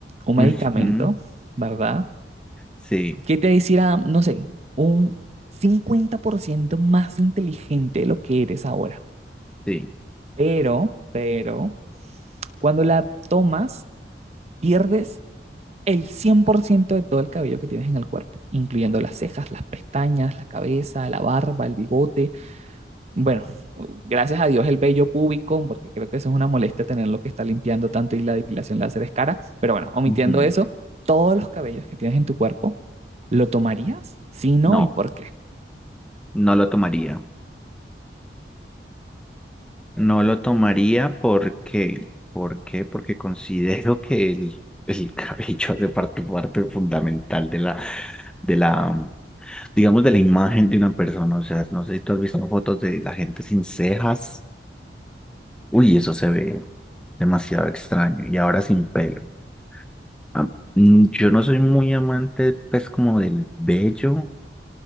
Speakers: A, on the right; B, in the centre.
A: un medicamento,
B: Ujú,
A: ¿verdad?
B: Sí,
A: ¿Qué te hiciera, no sé, un 50% más inteligente de lo que eres ahora?
B: sí.
A: Pero, pero, cuando la tomas, pierdes el 100% de todo el cabello que tienes en el cuerpo, incluyendo las cejas, las pestañas, la cabeza, la barba, el bigote. Bueno, gracias a Dios el vello púbico, porque creo que eso es una molestia tenerlo que está limpiando tanto y la depilación láser es cara. Pero bueno, omitiendo
B: ujú,
A: eso, todos los cabellos que tienes en tu cuerpo, ¿lo tomarías? Si no,
B: No.
A: ¿y por qué?
B: No lo tomaría. No lo tomaría porque, ¿por qué? Porque considero que el, el <laughs> cabello hace parte, parte fundamental de la, de la, digamos, de la imagen de una persona. O sea, no sé si tú has visto fotos de la gente sin cejas. Uy, eso se ve demasiado extraño. Y ahora sin pelo. Ah, mm, Yo no soy muy amante, pues, como del vello